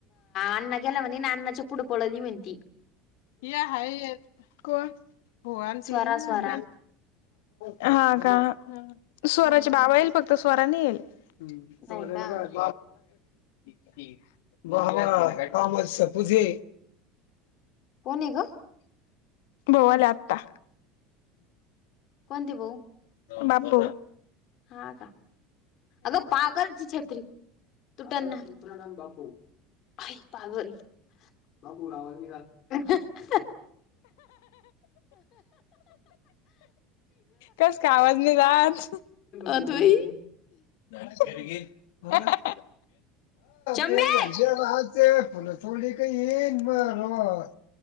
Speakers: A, on the left; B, on the left.
A: अण्णा गेला म्हणे ना अण्नाच्या पुढं पळवली म्हण त
B: या हाय कोण हो आलते
A: स्वरा
B: ना
A: स्वरा
B: प हा का स्वराचे
A: हम्म,
B: बाबा येईल फक्त स्वरानी येईल हम् स
A: नाही का
B: का ब काम सपूझे
A: कोणे का
B: भवालाता
A: कोणते भाऊ
B: बापू
A: हा का अगं पागलची छत्री तू त्यांना प्रणाम बाू आई पागल म बुड वा का
B: कस कावाज नाही जाात
A: अ दुई
B: झा ह
A: शंभे
B: ते झा तेचे फलं चोडक येन म र